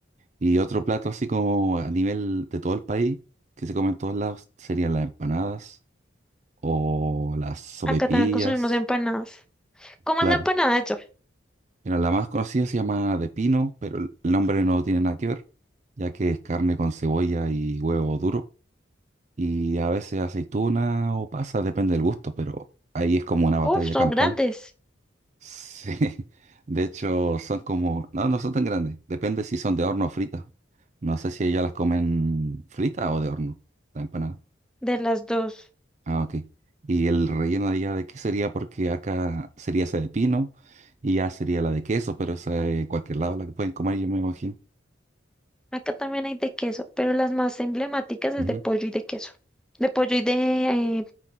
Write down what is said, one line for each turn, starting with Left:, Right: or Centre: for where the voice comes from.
Right: y otro plato así como a nivel de todo el país, que se come en todos lados, serían las empanadas o las sopaipillas.
Centre: Acá también consumimos empanadas. ¿Cómo
Right: Claro,
Centre: es la empanada allá?
Right: mira, la más conocida se llama de pino, pero el el nombre no tiene nada que ver, ya que es carne con cebolla y huevo duro. y a veces aceituna o pasa, depende del gusto, pero ahí es como una batalla
Centre: Uf, son
Right: campal.
Centre: grandes
Right: Sí. <laughs> De hecho, son como, no, no son tan grandes, depende si son de horno o fritas. No sé si ellas las comen fritas o de horno, la empanada.
Centre: de las dos.
Right: Ah, ok. ¿Y el relleno de ella de qué sería? Porque acá sería esa de pino y ya sería la de queso, pero esa de cualquier lado la que pueden comer, yo me imagino.
Centre: Acá también hay de queso, pero las más emblemáticas es
Right: Ujú.
Centre: de pollo y de queso. De pollo y de eh,